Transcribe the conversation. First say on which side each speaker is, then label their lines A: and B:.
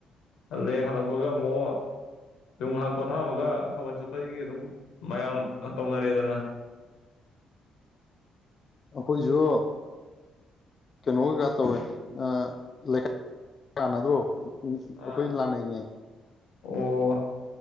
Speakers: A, on the left; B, on the left.
A: ꯇꯪꯂꯦ ꯍꯜꯂꯛꯄꯒ ꯑꯃꯨ ꯌꯨꯡꯍꯥꯛ ꯄꯣꯊꯥꯕꯒ ꯊꯥꯕꯜ ꯆꯣꯄꯒꯤ ꯑꯗꯨꯝ ꯃꯌꯥꯝ ꯇꯧꯅꯔꯦꯗꯅ
B: ꯑꯩꯈꯣꯏꯁꯨꯨ ꯀꯩꯅꯣ ꯀꯥꯛ ꯇꯧꯋꯦ ꯑ ꯂꯩꯀꯥ <inaudible> ꯅꯗ꯭ꯔꯣ꯫
A: ꯑꯥ
B: ꯑꯈꯣꯏꯗꯤ ꯂꯥꯟꯅꯩꯅꯦ꯫
A: ꯑꯣ꯫